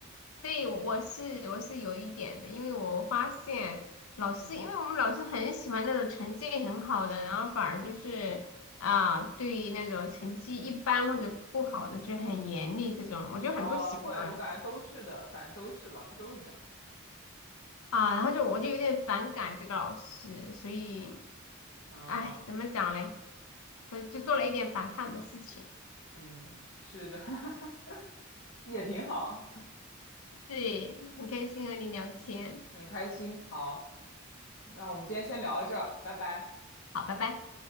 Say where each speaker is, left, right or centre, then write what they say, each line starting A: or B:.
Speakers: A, on the left (about 80°); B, on the left (about 60°).
A: 对，我我是我是有一点的，因为我发现老师，
B: 嗯
A: 因为我们老师很喜欢那种成绩很好的，然后反而就是啊，对于那种成绩一般或者不好的就很严厉这种，我就很不喜欢。
B: 啊会，我感觉都是的，感觉都是老师都是这样。
A: 啊，然后就我就有点反感这个老师，所以，
B: 啊。
A: 哎，怎么讲嘞？呃，就做了一点反叛的事情。
B: 嗯，是的，<laughs> 也挺好，
A: 对，很开心和你聊天，
B: 很开心。好，那我们今天先聊到这儿，拜拜。
A: 好，拜拜。